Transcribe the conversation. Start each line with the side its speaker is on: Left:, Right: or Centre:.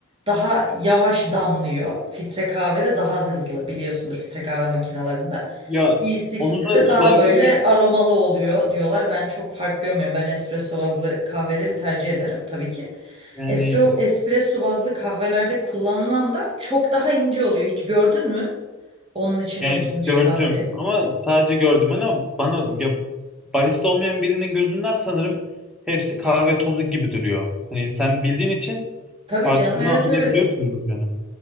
Right: Daha yavaş damlıyor. Filtre kahvede daha hızlı biliyorsundur filtre kahve makinalarında.
Centre: Ya
Right: V60'de
Centre: onu da
Right: daha
Centre: sorabilir
Right: böyle
Centre: miyim?
Right: aromalı oluyor diyorlar. Ben çok fark görmüyorum. Ben espresso bazlı kahveleri tercih ederim tabii ki.
Centre: Yani
Right: Estro, espresso bazlı kahvelerde kullanılan da çok daha ince oluyor. Hiç gördün mü? Onun için
Centre: Yani
Right: öğütülmüş
Centre: gördüm
Right: kahveleri.
Centre: ama sadece gördüm ama bana ya barista olmayan birinin gözünden sanırım hepsi kahve tozu gibi duruyor. Hani sen bildiğin için
Right: Tabii
Centre: farklını
Right: canım. Evet
Centre: anlayabiliyorsundur
Right: evet.
Centre: canım.